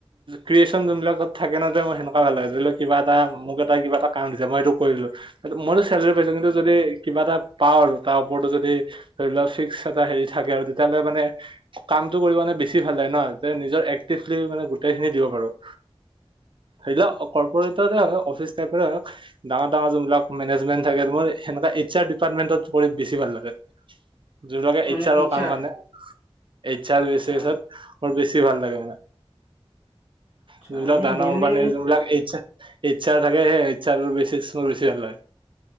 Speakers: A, on the right (about 50°); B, on the left (about 80°).
A: ক্ৰিয়েচন যোনবিলাকত থাকে নহ মোৰ সেনেকুৱা ভাল লাগে ধৰি লোৱা কিবা এটা মোক এট এটা কিবা এটা কাম দিছে মই সেইটো কৰিলোঁ। মইতো চেলেৰি পাইছোঁ কিন্তু যদি কিবা এটা পাওঁ আৰু তাৰ ওপৰতো যদি। ধৰি লোৱা ফিক্স এটা হেৰি থাকে আৰু তেতিয়াহ'লে মানে। কামটো কৰিব মানে বেছি ভাল লাগে নহ নিজৰ এক্টিভলি মানে গোটেই খিনি দিব পাৰু। সেইটো কৰ্পৰেটৰে হয় অফিচ টাইপৰে হওক। ডাঙৰ, ডাঙৰ যোননিলাক মেনেজমেণ্ট থাকে মোৰ সেনেকুৱা এইচ আৰ ডিপাৰ্টমেণ্টত কৰি বেছি ভাল লাগে। যোনবিলাকে
B: মানে
A: এইচ আৰৰ কাম
B: আৰ
A: মানে এইচ আৰ।
B: আচ্ছা
A: <unintelligible> মোৰ বেছি ভাল লাগে মানে
B: আচ্ছা
A: যোনবিলাক
B: এনে
A: ডাঙৰ
B: মেইনলি
A: কোম্পানীৰ যোনবিলাক এইচ আৰ ইচ্ছা থাকে সেয়ে এইচ আৰৰ বেছিছ মোৰ বেছি ভাল লাগে।